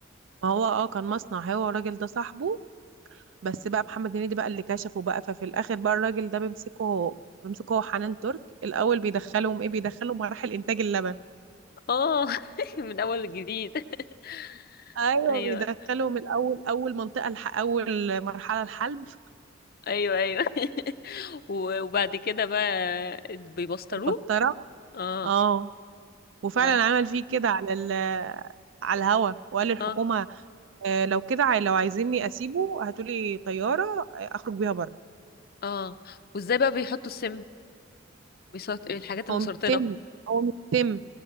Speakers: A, on the right; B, on the left.
A: ما هو اه كان مصنع هو والراجل ده صاحبه بس بقى محمد هنيدي بقى اللي كشفه بقى ففي الاخر بقى الراجل ده بيمسكه هو بيمسكه هو حنان ترك الاول بيدخلهم ايه بيدخلهم مراحل انتاج اللبن
B: اه <laughs> من اول جديد <laughs>
A: ايوه
B: ايوه
A: بيدخلهم الاول اول منطقه الح... اول مرحله الحلب
B: ايوه ايوه <laughs> و- وبعد كده بقى بيبسطروه
A: في البسطره
B: اه
A: اه وفعلا
B: و-
A: عمل فيه كده على ال على الهوا وقال للحكومه
B: اه
A: آه، لو كده عاي- لو عايزيني اسيبه هاتولي طياره آه، اخرج بيها بره
B: اه وازاي بقى بيحطوا السم بيسرط... الحاجات المسرطنه
A: هو مش سم هو مش سم